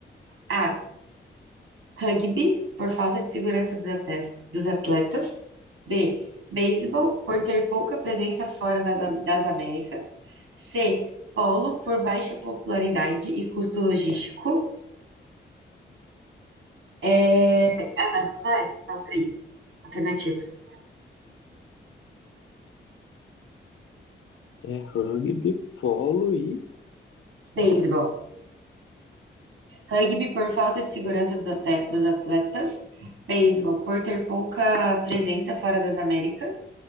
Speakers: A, on the right; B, on the left.
A: A. Rugby, por falta de segurança dos ate- dos atletas. B. Beisebol, por ter pouca presença fora da- das Américas. C. Polo, por baixa popularidade e custo logístico. É... Ah, não, são só essas, são três alternativas.
B: É rugby, polo e.
A: Beisebol. Rugby por falta de segurança dos, ate- dos atletas. Beisebol por ter pouca presença fora das Américas.